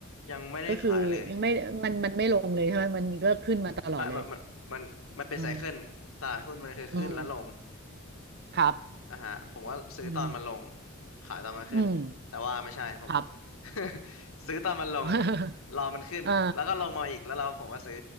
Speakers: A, on the left; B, on the right.
A: ยังไม่ได้ขายเลย
B: ก็คือยังไม่มันมันไม่ลงเลยใช่ไหมมันก็ขึ้นมาตลอดเลย
A: มันมันมันมันมันเป็นไซเคิลตลาดหุ้นมันคือขึ้นและลง
B: อืมอืมครับ
A: อ่ะฮะผมก็ซื้อตอนมันลง
B: อืม
A: ขายตอนมันขึ้นแต่ว่าไม่ใช่ผม
B: อืมครับ
A: <laughs> ซื้อตอนมันลง
B: <laughs>
A: รอมันขึ้นแล้วก็ลงมาอีกแล้วเราผมก็ซื้อ
B: อ่า